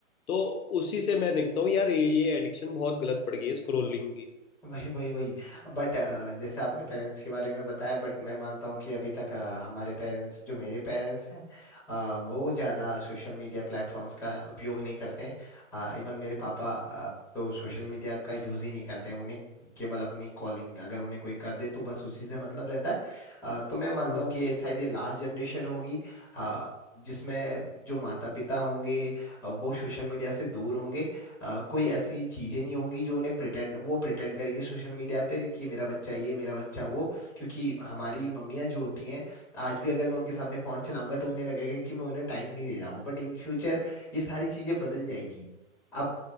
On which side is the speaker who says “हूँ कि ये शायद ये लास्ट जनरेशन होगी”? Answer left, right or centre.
Centre